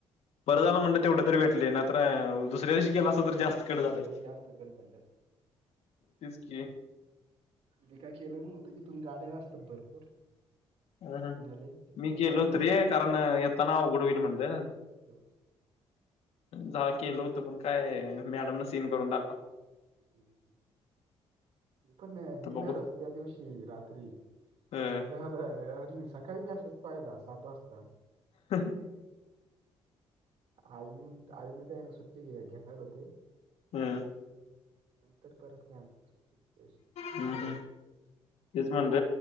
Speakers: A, on the left; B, on the right.
A: बरं झालं म्हणल तेवढं तरी भेटले ना. तर अं दुसऱ्या दिवशी गेला असता तर जास्त कट झालं असत,
B: मग जास्त कट झाले असते
A: तेच कि
B: मी काय केलो नव्हतं, इथून गाड्या असतात भरपूर.
A: हं, हं
B: पुण्याले त्यामुळे
A: मी केलो
B: काय
A: होतो रे, कारण येताना अवघड होईल म्हणलं.
B: हम्,
A: जा केलं होतं पण काय मॅडम न सीन करून टाकला.
B: हम्म, मी पण निघणार
A: तर बघू
B: होतो त्या दिवशी रात्री
A: हं
B: म्हटलं व्हय अरे मी सकाळी मेसेज पाहिला सात वाजता.
A: हं, हु.
B: आई- आईन तेन सुट्टी घेणार होते.
A: हम्,
B: नंतर करल त्याच सुट्टीत. <unintelligible>
A: हम् -हम्, तेच म्हणल